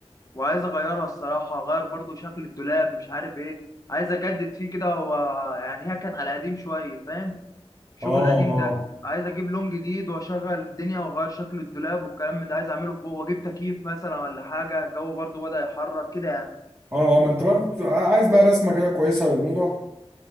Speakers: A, on the left (about 35°); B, on the right (about 25°).
A: وعايز اغيرها الصراحه اغير برضو شكل الدولاب مش عارف ايه عايز اجدد فيه كده هو يعني هي كانت على قديم شويه فاهم الشغل
B: اه
A: القديم
B: اه
A: ده عايز اجيب لون جديد واشغل الدنيا واغير شكل الدولاب والكلام من ده عايز اعمله فوق واجيب تكييف مثلا ولا حاجه الجو برضو بدأ يحرر كده يعني.
B: اه اه ما انت برضه عايز بقى رسمة كده كويسة للأوضة